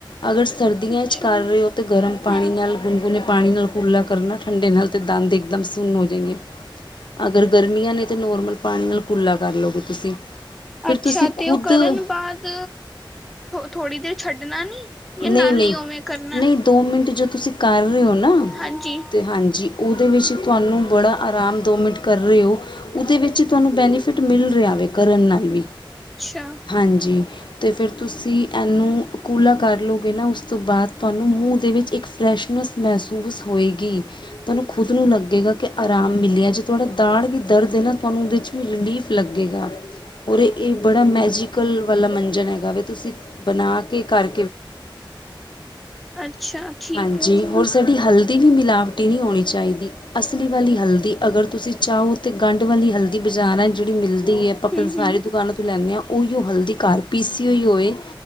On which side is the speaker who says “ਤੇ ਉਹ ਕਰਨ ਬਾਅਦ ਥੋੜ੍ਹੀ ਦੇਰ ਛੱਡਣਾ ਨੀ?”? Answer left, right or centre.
Centre